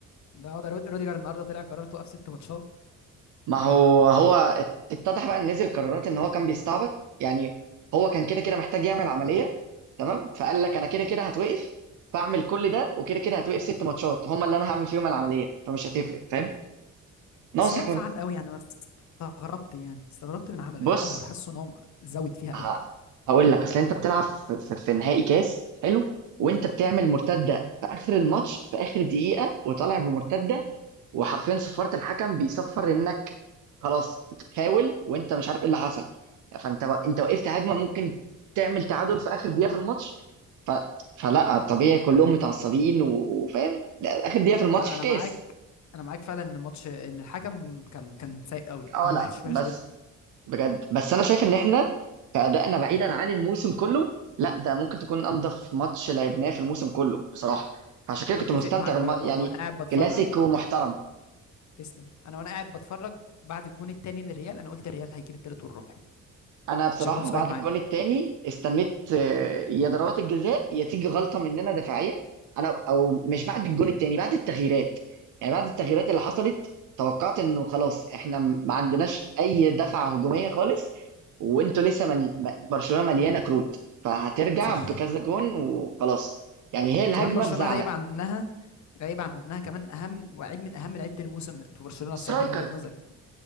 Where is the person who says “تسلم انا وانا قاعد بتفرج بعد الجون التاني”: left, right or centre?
Left